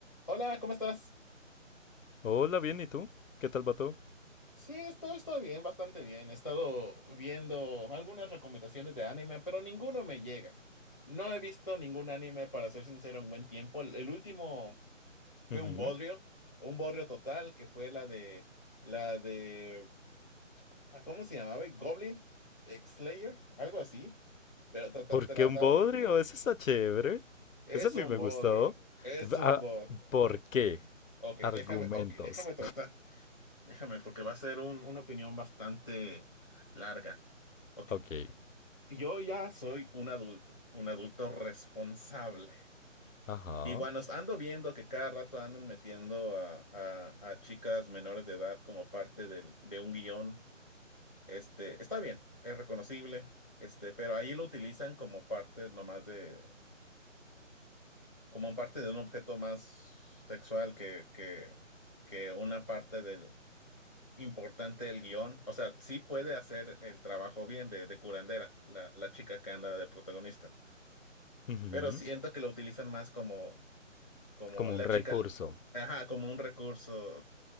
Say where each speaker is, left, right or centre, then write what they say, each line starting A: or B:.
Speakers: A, on the left; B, on the left.
A: Hola, ¿cómo estás?
B: Hola, bien, ¿y tú? ¿Qué tal va todo?
A: Sí, estoy, estoy bien, bastante bien. He estado viendo algunas recomendaciones de anime, pero ninguno me llega. No he visto ningún anime, para ser sincero, en buen tiempo. El, el último fue
B: Ujú.
A: un bodrio, un bodrio total, que fue la de, la de, ah, ¿cómo se llamaba? Goblin Slayer, algo así. Pero trata-
B: ¿Por
A: trataba,
B: qué un bodrio? Ese está chévere.
A: es
B: Ese a mí
A: un
B: me
A: bodrio,
B: gustó.
A: es un
B: Ah,
A: bodrio.
B: ¿por qué?
A: Ok,
B: Argumentos.
A: déjame, ok, déjame tratar. Déjame, porque va a ser un- una opinión bastante larga. Ok.
B: Ok.
A: Yo ya soy un adulto, un adulto responsable.
B: Ajá.
A: Y cuando ando viendo que cada rato andan metiendo a, a- a chicas menores de edad como parte del- de un guión, este, está bien, es reconocible, este, pero ahí lo utilizan como parte nomás de, como parte de un objeto más sexual que, que, que una parte del importante el guión. O sea, sí puede hacer el trabajo bien de, de curandera, la, la chica que anda de protagonista.
B: Ujú.
A: Pero siento que lo utilizan más como, como
B: Como
A: la
B: un recurso.
A: chica, ajá, como un recurso